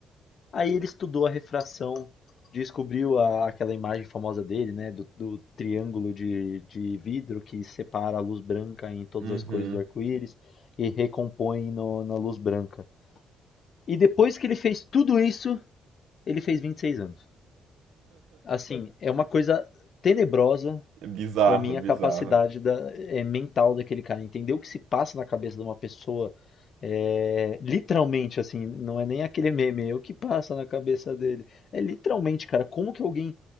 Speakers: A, on the left; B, on the right.
A: Aí ele estudou a refração, descobriu a- aquela imagem famosa dele, né, do, do triângulo de, de vidro que separa a luz branca em todas
B: Uhum.
A: as cores do arco-íris e recompõe no- na luz branca. E depois que ele fez tudo isso, ele fez 26 anos. Assim, é uma coisa tenebrosa,
B: É bizarro,
A: para mim,
B: bizarro.
A: a capacidade da- é, mental daquele cara, entender o que se passa na cabeça de uma pessoa, é, literalmente, assim, não é nem aquele meme, é o que passa na cabeça dele. É literalmente, cara, como que alguém